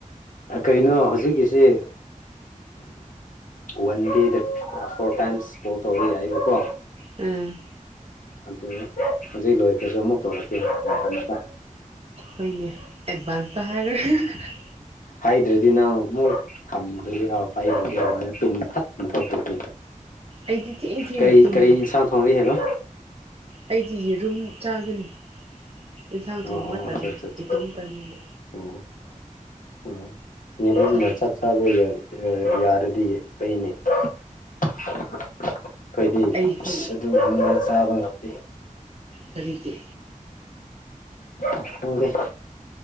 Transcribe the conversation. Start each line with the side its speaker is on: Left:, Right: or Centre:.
Left: ꯀꯩꯅꯣ ꯍꯧꯖꯤꯛꯀꯤꯁꯤ ꯋꯥꯟ ꯗꯦꯗ ꯐꯣꯔ ꯇꯥꯏꯝꯁ ꯀꯣꯜ ꯇꯧꯕ ꯌꯥꯏꯕꯀꯣ
Right: ꯎꯝ
Left: ꯑꯗꯨ ꯍꯧꯖꯤꯛ ꯂꯣꯏꯈ꯭ꯔꯁꯨ ꯑꯃꯨꯛ ꯇꯧꯔꯛꯀꯦ ꯌꯥꯒꯅꯤꯀꯣ
Right: ꯍꯣꯏꯅꯦ ꯑꯦꯗꯚꯥꯟꯁꯇ ꯍꯥꯏꯔꯒ
Left: ꯍꯥꯏꯗ꯭ꯔꯗꯤ ꯅꯪ ꯑꯃꯨꯛ ꯊꯝꯕꯁꯨ ꯌꯥꯎ ꯄꯥꯏꯗꯔꯥꯗꯤ ꯇꯨꯝ ꯇꯛ ꯇꯨꯝꯊꯣꯛꯈ꯭ꯔꯗꯤ
Right: ꯑꯩꯗꯤ ꯊꯦꯡ ꯊꯦꯡꯅ
Left: ꯀꯔꯤ
Right: ꯇꯨꯝꯃꯦ
Left: ꯀꯔꯤ ꯏꯟꯁꯥꯡ ꯊꯣꯡꯂꯤ ꯍꯥꯏꯕ
Right: ꯑꯩꯗꯤ ꯌꯦꯔꯨꯝ ꯆꯥꯒꯅꯤ ꯑꯦꯟꯁꯥꯡ ꯊꯣꯡꯕ
Left: ꯑꯣ ꯑꯣ
Right: ꯇꯜꯂꯦ
Left: ꯑꯆꯥ ꯑꯆꯥ ꯑꯆꯥ
Right: ꯏꯇꯣꯝꯇꯅꯤꯅ
Left: ꯎꯝ ꯎꯝ ꯏꯕ
Right: ꯏꯟꯁꯥꯡ
Left: ꯃꯆꯥ ꯁꯥꯕ ꯌꯥ ꯑ ꯌꯥꯔꯗꯤ ꯑꯩꯅꯦ ꯑꯩꯈꯣꯏꯗꯤ
Right: ꯑꯩꯗꯤ
Left: ꯑꯗꯨꯒꯨꯝꯕ ꯆꯥꯕ ꯉꯝꯗꯦꯍꯦ
Right: ꯀꯔꯤꯒꯤ
Left: <unintelligible> ꯎꯪꯗꯦ